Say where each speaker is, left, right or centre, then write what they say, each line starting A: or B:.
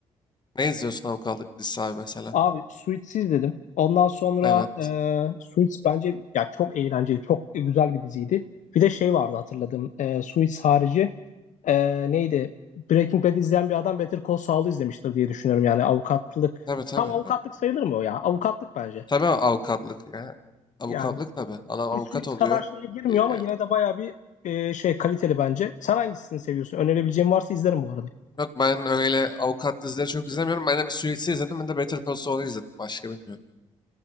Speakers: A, on the left; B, on the left.
A: Ne izliyorsun avukatlık dizisi abi mesela?
B: Abi Suits izledim. Ondan sonra
A: Evet.
B: e, Suits bence ya çok eğlenceli, çok güzel bir diziydi. Bir de şey vardı hatırladım. E, Suits harici e, neydi? Breaking Bad izleyen bir adam Better Call Saul'u izlemiştir diye düşünüyorum. Yani avukatlık.
A: Tabii tabii.
B: Tam avukatlık sayılır mı o ya? Avukatlık bence.
A: Tabii avukatlık ya. Avukatlık
B: Yani
A: tabii. Adam avukat
B: bir Suits
A: oluyor.
B: kadar şeye girmiyor
A: Ee,
B: ama yine de bayağı bir e, şey kaliteli bence. Sen hangisini seviyorsun? Önerebileceğim varsa izlerim bu arada.
A: yok ben öyle avukat dizileri çok izlemiyorum. Ben de bir Suits'i izledim. Ben de Better Call Saul'u izledim. Başka bilmiyorum.